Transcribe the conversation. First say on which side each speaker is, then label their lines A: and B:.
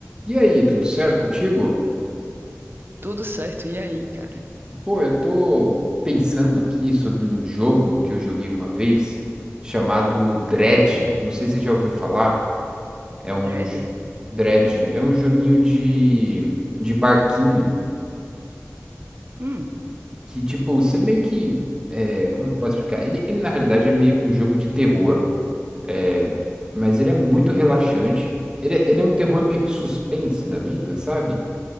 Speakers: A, on the right; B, on the right.
A: E aí, tudo certo contigo?
B: Tudo certo. E aí, cara?
A: Pô, eu tô pensando aqui sobre um jogo que eu joguei uma vez chamado Dread. Não sei se você já ouviu falar. É um
B: Dredd?
A: j- Dread, é um joguinho de, de barquinho
B: Hum,
A: que, tipo, você meio que. é, como é que eu posso explicar? Ele, ele, na realidade, é meio que um jogo de terror, é, mas ele é muito relaxante. Ele, é- ele é um terror meio que suspense da vida, sabe?